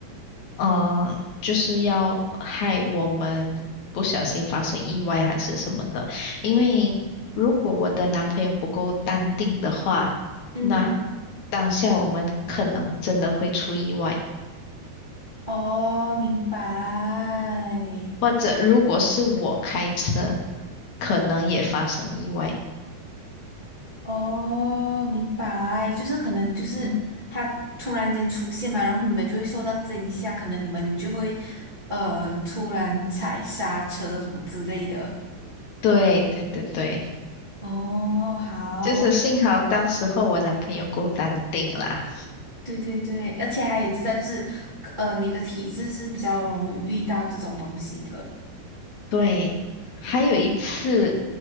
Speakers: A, on the left (about 65°); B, on the right (about 75°).
A: 呃，就是要害我们不小心发生意外还是什么的。因为如果我的男朋友不够淡定的话，
B: 嗯，
A: 那当下我们可能真的会出意外。
B: 哦，明白。
A: 或者如果是我开车，可能也发生意外。
B: 哦，明白，就是可能就是他突然间出现嘛，
A: 嗯，
B: 然后你们就会受到惊吓，可能你们就会呃突然踩刹车什么之类的。
A: 对对对对，
B: 哦，好，
A: 就是幸好当时候我男朋友够淡定啦。
B: 对对对，而且他也知道就是呃你的体质是比较容易遇到这种东西的，
A: 对，还有一次，